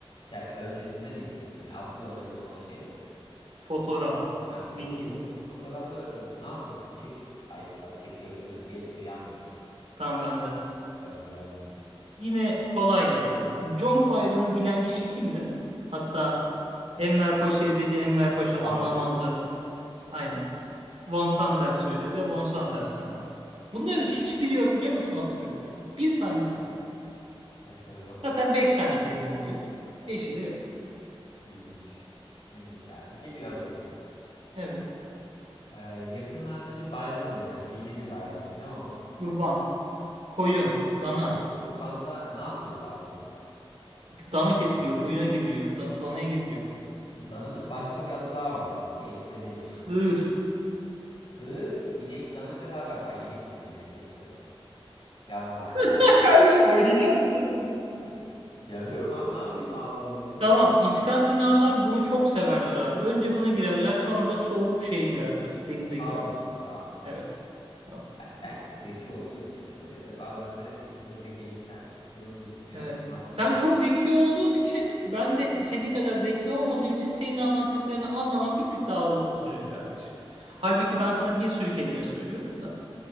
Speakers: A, on the left; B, on the right.
A: Hikaye- Öncesinde ne yüklüyorsun? Yani asıl önemli olan şey.
B: Fotoğraf,
A: Ha,
B: video.
A: bu fo- fotoğrafı e, ne yapıyorsun? Çek. Ay bak çekiyorum dedim. Geçti yandım.
B: Tamam bende.
A: Ben de yandım.
B: Yine kolay geldi. Conk bayrağını bilen kişi kimdi? Hatta Enver Paşa'ya dedi Enver Paşa anlamaz
A: Atatürk.
B: zaten. Aynen. Von Sanders söyledi. Von Sanders'ten öğrendi. Bunların hiçbiri yok biliyor musun Atatürk'te? Bir tanesi yok.
A: Enteresan.
B: Zaten beş tane kelime oluyor. Beşi de yok.
A: İlginç. İlginç abi. Geliyor hazır mısın?
B: Evet.
A: Ee, yakınlarda bir bayram olacak. Dini bir bayram. Ne o?
B: Kurban, koyun,
A: Orada
B: dana.
A: evet. Kurbanda ne yapıyoruz abi biz?
B: Dana kesiliyor, koyuna giriliyor, da- danaya giriliyor.
A: Şimdi dananın başka bir adı daha var. e, Bir eşleniği.
B: Sığır.
A: Sığır, i- inek, dana beraber. Ay inek dedim yine. Geçmiş olsun. Yandım abi sen
B: <laughs>
A: de.
B: Kardeşim oynayacak mısın?
A: <laughs> Yanıyorum abi. Ne yapayım? Allah Allah.
B: Tamam, İskandinavlar bunu çok severler abi. Önce buna girerler, sonra da soğuk şeye girerler, denize
A: Sauna.
B: girerler.
A: Sauna.
B: Evet, tamam.
A: Ben, ben
B: Bitti.
A: çok zeki olduğum için öyle oluyor da bazen de e, çok zekilikten hızlı düşünüyorum.
B: Evet.
A: Yaman patates
B: Sen çok
A: oluyor.
B: zeki olduğun için, ben de senin kadar zeki olmadığım için senin anlattıklarını anlamam bir tık daha uzun sürüyor kardeşim. Halbuki
A: Aa.
B: ben sana bir sürü kelime söylüyorum da.